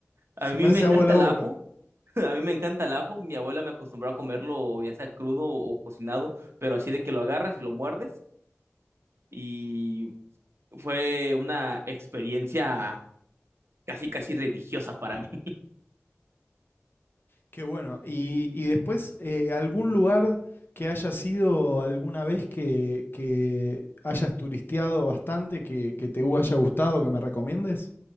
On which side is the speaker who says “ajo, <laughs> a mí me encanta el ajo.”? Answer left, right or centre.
Right